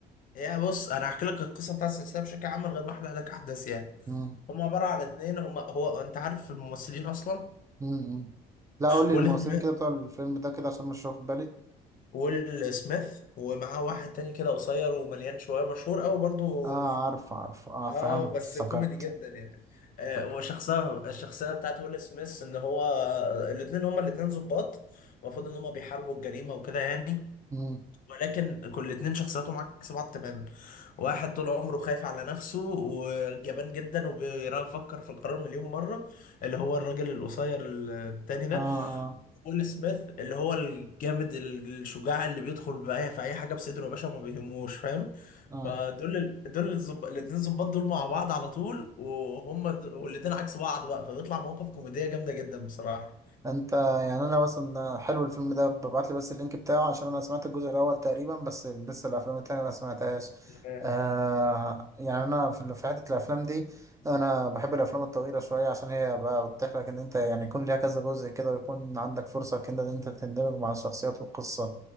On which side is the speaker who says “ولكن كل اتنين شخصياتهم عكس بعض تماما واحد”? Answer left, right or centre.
Left